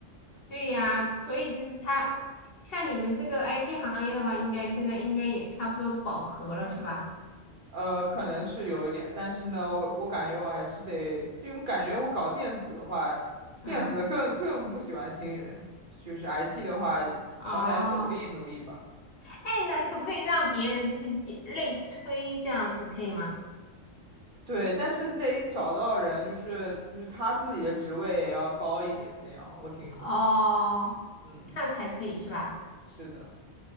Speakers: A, on the left (about 55°); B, on the right (about 45°).
A: 对呀，所以就是他，像你们这个 IT 行业的话，应该现在应该也差不多饱和了，是吧？
B: 呃，可能是有一点，但是呢，我我感觉我还是得，就因为感觉我搞电子的话，
A: 嗯，
B: 电子更更不喜欢新人，就是 IT 的话，
A: 哦，
B: 好歹努力努力吧。
A: 哎，那可不可以让别人就是解类推这样子，可以吗？
B: 对，但是你得找到人，就是就是他自己的职位也要高一点那样，我听说。
A: 哦，
B: 嗯，
A: 这样才可以是吧？
B: 是的，